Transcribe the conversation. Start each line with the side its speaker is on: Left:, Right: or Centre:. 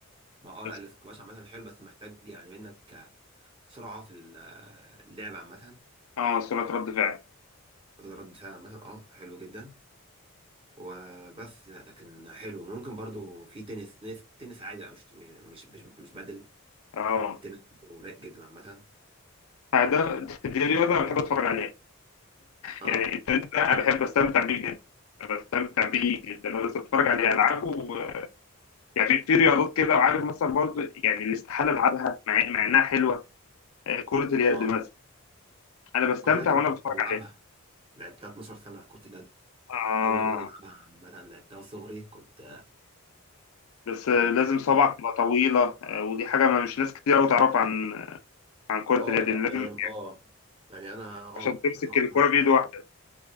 Right: ما اه
Left: يعني.
Right: لا الاسكواش عامه حلو بس محتاج يعني منك سرعه في ال- اللعب عامه
Left: اه سرعة رد فعل
Right: رد فعل عامه اه حلو جدا وبس لكن حلو ممكن برضو في تنس تنس تنس عادي بقى، مش مش مش مش بدل
Left: اه
Right: التنس برضو رايق جدا عامه
Left: آه، ده دي رياضة انا بحب اتفرج عليها
Right: اه
Left: يعني التنس ده انا بحب استمتع بيه جدا أنا بستمتع بيه جدا انا بس اتفرج عليه العبه و- يعني في في رياضات كده وعارف مثلا برضو يعني الاستحالة العبها مع مع انها حلوة آه، كرة اليد
Right: اه
Left: مثلا انا بستمتع
Right: كنت جد
Left: وانا
Right: كنت
Left: بتفرج
Right: بلعبها
Left: عليها
Right: لعبتها 12 سنه كنت جد
Left: اه
Right: اول رياضه العبها عامه لعبتها صغري كنت
Left: بس آه،
Right: كنت
Left: لازم
Right: يعني
Left: صبعك تبقى طويلة آه، ودي حاجة ما مش ناس كتير قوي تعرف عن عن كرة
Right: اه
Left: اليد
Right: لا
Left: إن لازم
Right: لازم اه يعني انا اه
Left: عشان تمسك
Right: لازم أقعد
Left: الكرة
Right: مثلا
Left: بإيد واحدة